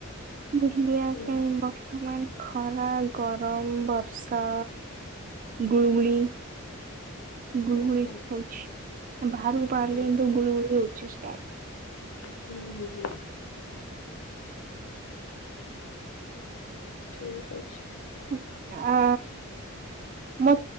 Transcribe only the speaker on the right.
ବୁଲିବା
ପାଇଁ ବ ର୍ତ୍ତମାନ ଖରା, ଗରମ, ବର୍ଷା, ଗୁଳୁଗୁଳି ଗୁଳୁଗୁଳି
ହଉଛି, ବାହାରକୁ ବାହାରିଲେ
ଗୁଳୁଗୁଳି ହଉଛି ଷ୍ଟାର୍ଟ।
ଷ୍ଟାର୍ଟ ଆ ମୋ,